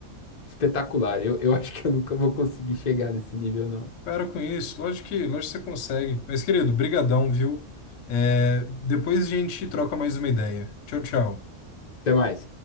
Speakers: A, on the left; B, on the left.
A: Espetacular. Eu, eu <laughs> acho que eu nunca vou conseguir chegar nesse nível, não.
B: Para com isso. Lógico que, lógico que você consegue. Mas, querido, brigadão, viu? É, depois a gente troca mais uma ideia. Tchau, tchau.
A: Até mais.